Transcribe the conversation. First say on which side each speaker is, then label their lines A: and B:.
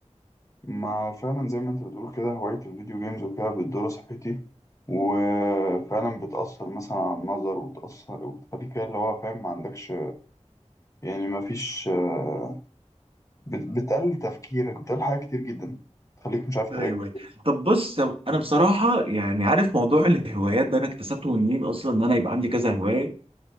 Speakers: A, on the left; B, on the right.
A: ما فعلا زي ما انت بتقول كده هواية الفيديو جيمز وكده بتضر صحتي وفعلا بتأثر مثلا على النظر وبتأثر وبتخليك كده اللي هو فاهم ما عندكش يعني ما فيش آه، بت- بتقلل تفكيرك بتقلل حاجات كتير جدا تخليك مش عارف تركز
B: ايوه طب بص طب انا بصراحة يعني عارف موضوع الهوايات ده انا اكتسبته من مين اصلا ان انا يبقى عندي كذا هواية